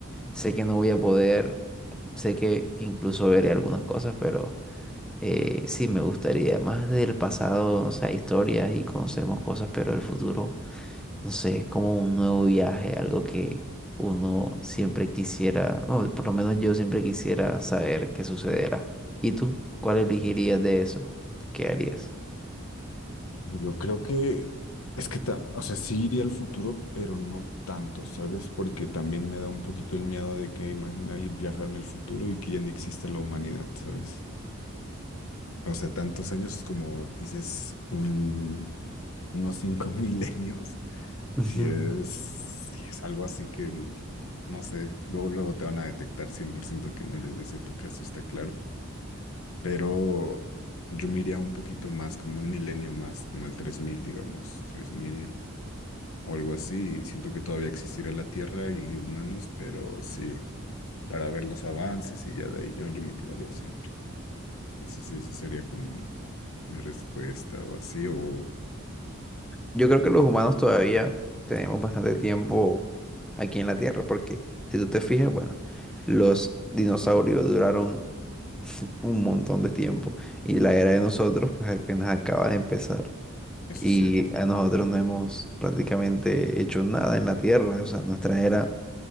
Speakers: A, in the centre; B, on the left.
A: Sé que no voy a poder, sé que incluso veré algunas cosas, pero eh, sí me gustaría, más del pasado, o sea, historias y conocemos cosas, pero el futuro no sé, es como un nuevo viaje, algo que uno siempre quisiera, no, por lo menos yo siempre quisiera saber qué sucederá. ¿Y tú? ¿Cuál elegirías de eso? ¿Qué harías?
B: Yo creo que es que, ta- o sea, sí iría al futuro, pero no tanto, ¿sabes? Porque también me da un poquito el miedo de que imagina ir viajar en el futuro y que ya ni exista la humanidad, ¿sabes? O sea, tantos años como dices, un, unos cinco <laughs> milenios.
A: <laughs> Ujú.
B: Si es, si es algo así que, no sé, luego, luego te van a detectar 100% que no eres de esa época, eso está claro. Pero yo me iría un poquito más, como un milenio más, como al 3000 digamos, 3000 o algo así. Y Siento que todavía existirá la Tierra y humanos, pero sí, para ver los avances y ya de ahí yo, yo me quedaría siempre. Sí, sí, sí, esa sería como mi mi respuesta o así, o
A: Yo creo que los humanos todavía tenemos bastante tiempo aquí en la Tierra, porque si tú te fijas, bueno, los dinosaurios duraron <laughs> un montón de tiempo y la era de nosotros pues apenas acaba de empezar.
B: Eso
A: y
B: es cierto,
A: a nosotros no hemos prácticamente hecho nada en la Tierra. O sea, nuestra era